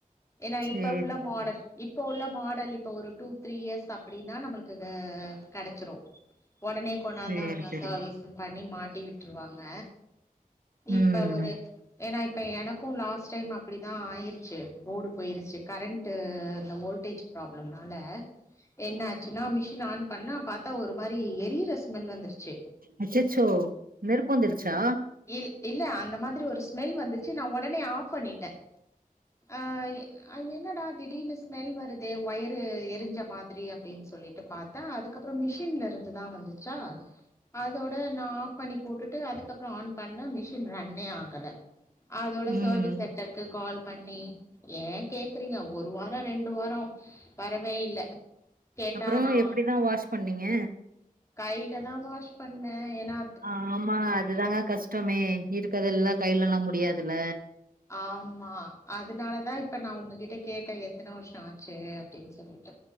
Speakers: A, on the left (about 20°); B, on the right (about 75°).
A: ஏனா
B: சேரி
A: இப்ப உள்ள
B: சேரி
A: மாடல் இப்ப உள்ள மாடல் இப்ப ஒரு டூ த்ரீ இயர்ஸ் அப்டின்னா நம்ளுக்கு கெடைச்சிரு ஒடனே கொண்டாந்து
B: சேரி
A: அவுங்க
B: சேரி
A: அ செர்வீஸ் பண்ணி மாட்டி விட்டுருவாங்க
B: ம்
A: இப்ப ஒரு ஏனா இப்ப எனக்கு லாஸ்ட் டைம் அப்டி தா ஆயிருச்சு போர்டு போயிருச்சு கரண்ட்டு இந்த வோல்டேஜ் ப்ராப்ளம்னால என்ன ஆச்சுன்னா மிஷின் ஆன் பண்ணா பாத்தா ஒரு மாரி எரியிற ஸ்மெல் வந்துருச்சு
B: அச்சச்சோ நெருப்பு வந்துடுச்சா
A: இ இல்ல அந்த மாரி ஒரு ஸ்மெல் வந்துச்சு நா ஒடனே ஆஃப் பண்ணிட்டே ஆ என்னடா திடீர்னு ஸ்மெல் வருதே ஒய்ரு எரிஞ்ச மா திரி அப்டினு சொல்லிட்டு பாத்தா அதுக்கப்றோ மிஷின்லருந்துதா வந்துச்சா அதோட நா ஆஃப் பண்ணி போட்டுட்டு அதுக்கப்றோ ஆன் பண்ண மிஷின் ரன்னே ஆகல அதோட
B: ம்
A: செர்வீஸ் சென்டர் க்கு கால் பண்ணி ஏ கேக்குறீங்க ஒரு வாரோ ரெண்டு வாரோ வரவே இல்ல கேட்டா
B: அப்றோ
A: நா
B: எப்டிதா வாஷ் பண்ணீங்க
A: கைல தா வாஷ் பண்ணே ஏனா
B: ஆமா அதுதாங்க கஷ்டமே இருக்கதெல்லா கைலல்லா முடியாதுல
A: ஆம்மா அதனாலதா இப்ப நா உங்ககிட்ட கேட்டே எத்தன வருஷ ஆச்சி அப்டின்னு சொல்லிட்டு